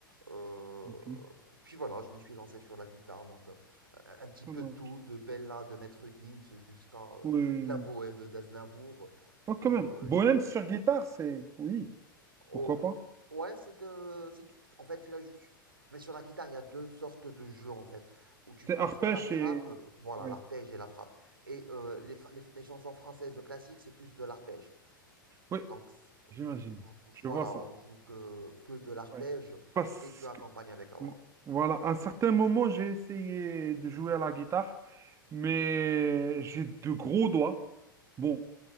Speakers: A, on the right (about 85°); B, on the right (about 25°).
A: Euh,
B: ok,
A: et puis voilà, je me suis lancé sur la guitare, donc euh, un petit
B: ça
A: peu
B: marche.
A: tout, de Bella, de Maître Gims jusqu'à euh,
B: Oui.
A: la bohème d'Aznavour. Du
B: Oh,
A: coup,
B: quand même.
A: euh,
B: Bohème
A: j'aime bien.
B: sur guitare, c'est. Oui,
A: Oh,
B: pourquoi pas?
A: ouais, c'est de... c'est- En fait, tu l'as juste... En fait, sur la guitare, il y a deux sortes de jeux, en fait, où tu
B: C'est
A: peux
B: arpège
A: soit la frappe,
B: et.
A: euh, voilà,
B: Oui,
A: l'arpège et la frappe. Et euh, les, fa- les, les chansons françaises classiques, c'est plus de l'arpège.
B: oui,
A: Donc, c'est- euh,
B: j'imagine.
A: vo-
B: Je
A: voilà,
B: vois ça.
A: on joue que, que de l'arpège
B: Ouais. Parce
A: et tu accompagnes
B: que.
A: avec la voix.
B: Oui.
A: <laughs>
B: Voilà, à un certain moment, j'ai essayé de jouer à la guitare, mais j'ai de gros doigts. Bon,